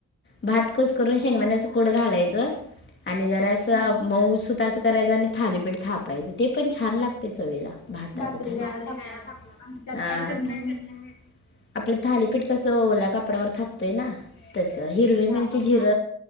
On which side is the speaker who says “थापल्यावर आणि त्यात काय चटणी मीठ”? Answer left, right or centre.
Left